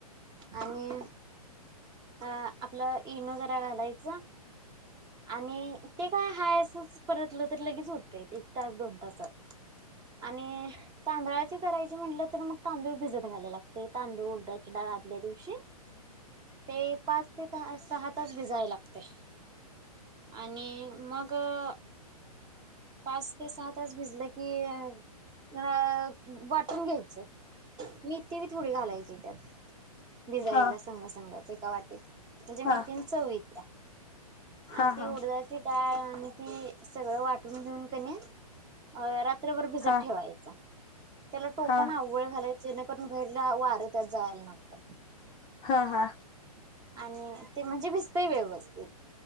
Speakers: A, on the right; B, on the left.
A: आणि अ आपला इनो जरा घालायच. आणि ते काय हाय असच परतलं तर लगेच होतय एक तास दोन तासात आणि तांदळाची करायची म्हणलं तर मग, तांदूळ भिजत घालाय लागते. तांदूळ उडदाची डाळ आदल्या दिवशी ते पाच ते तहा, सहा तास भिजायं लागतयं. आणि मगं अं पाच ते सहा तास भिजलं की, अ वाटुन घ्यायचं, मीथी बी थोडी घालायची त्यात भिजायला
B: हा हा
A: स संंग संगच एका वाटित म्हणजे मेथीन
B: हा हा हा हा हा हा हा
A: चव येतीया
B: हा
A: आणि ती
B: हा
A: उडदाची डाळ आणि ती, सगळं वाटून घेऊन कणी, अं रात रात्रभर भिजत
B: हा
A: ठेवायचा, त्याला टोपण
B: हा
A: आव वळ घालायचे जेणे करून भैरला वार त्यात जायाला नको.
B: हा हा
A: आणि ते म्हणजे भिस्तय व्यवस्थित.